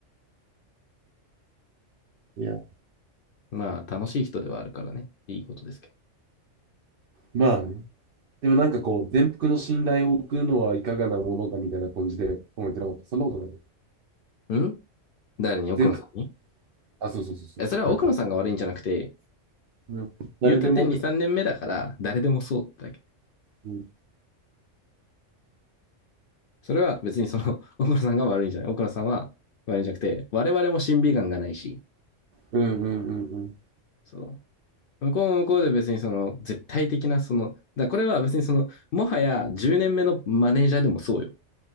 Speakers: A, on the right; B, on the left.
A: いや、
B: まあ、楽しい人ではあるからね。いいことですけ
A: まあね。でもなんかこう、全幅の信頼を置くのはいかがなものかみたいな感じで思ってなかった。そんなことない。
B: ど。ん誰に奥野さんに
A: 全幅、あ、そうそうそうそう。
B: え、それは奥野さんが悪いんじゃなくて、
A: なんか、うん、誰でもって。
B: 言うたって2、3年目だから、誰でもそうってだけ。
A: うん、
B: それは別にその、<laughs> 奥野さんが悪いんじゃない。奥野さんは悪いんじゃなくて、我々も審美眼がないし、
A: うん、うん、うん。
B: その、向こうも向こうで別にその、絶対的なその、だこれは別にその、もはや10年目のマネージャーでもそうよ。